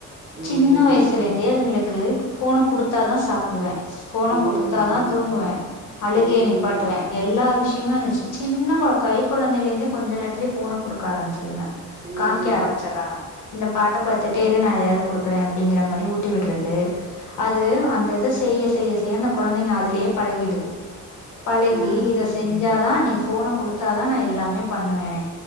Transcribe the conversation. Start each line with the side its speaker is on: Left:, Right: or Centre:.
Right: ம்
Left: சின்ன வயசுல இருந்தே அதுங்களுக்கு க்கு ஃபோன குடுத்தாதா சாப்பிடுவே ஃபோன
Right: ம்
Left: குடுத்தாதா தூங்குவே அழுகைய
Right: ம்
Left: நிப்பாட்டுவே எல்லா விஷயம் வந்துச்சு சின்னம் கை குழந்தைலேந்தே கொஞ்ச நேரத்துலயே ஃபோன குடுக்க ஆரம்பிச்சிருதுங்க
Right: ம்
Left: காமிக்க ஆரம்பிச்சறாங்க இந்த பாட்ட பாத்துட்டே இரு நா எதையாவது குடுக்குறே அப்டிங்கிற மாரி ஊட்டி விடுறது அது அந்த இத செய்ய செய்ய செய்ய அந்த கொழந்தைங்க அதுலயே பழகிடுது பழகி
Right: ஆ
Left: இத செஞ்சாதா நீ ஃபோன குடுத் த்தாதா நா எல்லாமே பண்ணுவே